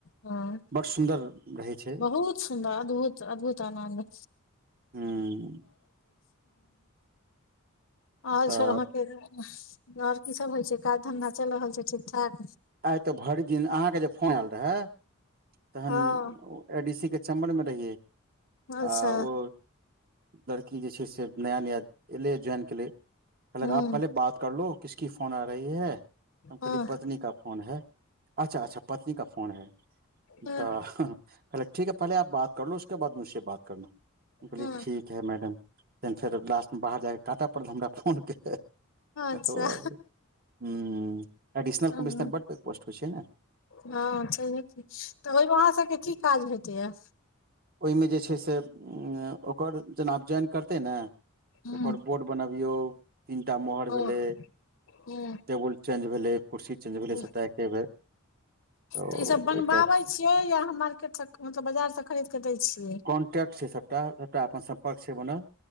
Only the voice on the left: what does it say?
ह
बहुत। अद्भुत अद्भुत आनन्द
आ
छहके <unintelligible> आओर की सब होइ छै काज धंधा चल रहल छै ठीक ठाक?
हँ
अच्छा
हूँ
हँ
हँ
हँ
अच्छा
हँ
हँ छैहे की तऽ ओयमे अहाँ सभके की काज भेटैया।
हूँ
हँ
हँ
हँ
तऽ ई सब बनबाबै
छियै यहाँ मार्केट स मतलब बाजार स खरीद सकय छियै।